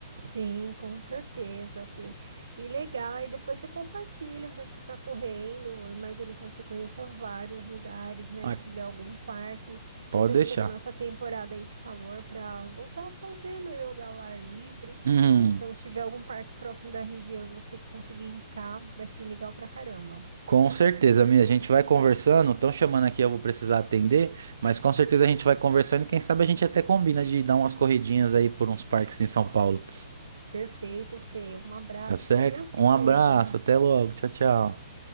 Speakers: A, on the right (about 80°); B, on the right (about 65°).
A: Sim, com certeza, Fê. E legal, aí depois você compartilha onde é que você está correndo. Eu imagino que você conheça vários lugares, né?
B: Ah,
A: Se tiver algum parque.
B: pode
A: Eu estou esperando
B: deixar.
A: essa temporada aí de calor para voltar a fazer meu yoga ao ar livre.
B: Hum,
A: Então, se tiver algum parque próximo da região e você conseguir indicar, vai ser legal pra caramba.
B: com certeza, Mia. A gente vai conversando. Estão chamando aqui, eu vou precisar atender, mas com certeza a gente vai conversando e quem sabe a gente até combina de dar umas corridinhas aí por uns parques em São Paulo.
A: Perfeito, Fê. Um abraço,
B: Tá certo?
A: viu? Se
B: Um
A: cuida.
B: abraço, até logo. Tchau, tchau.